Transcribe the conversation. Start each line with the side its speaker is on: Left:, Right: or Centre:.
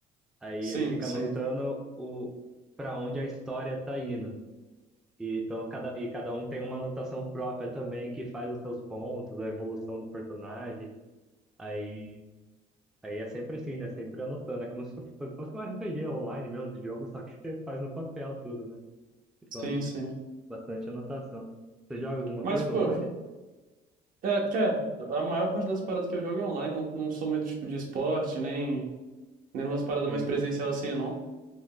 Centre: Aí
Right: Sim,
Centre: ele fica
Right: sim,
Centre: anotando o, pra onde a história tá indo. E, então, cada, e cada um tem uma anotação própria também que faz os seus pontos, a evolução do personagem. Aí, aí é sempre assim, né? Sempre anotando. É como se fosse, como se fosse um RPG online mesmo, de jogo, só que você faz no papel tudo, né? Então
Right: sim,
Centre: é
Right: sim.
Centre: bastante anotação. Você joga alguma
Right: Mas,
Centre: coisa
Right: tipo,
Centre: online?
Right: é, que é, a maior parte das paradas que eu jogo é online, não, não sou muito, tipo, de esporte, nem, nem umas paradas
Centre: Sim.
Right: mais presencial assim, não.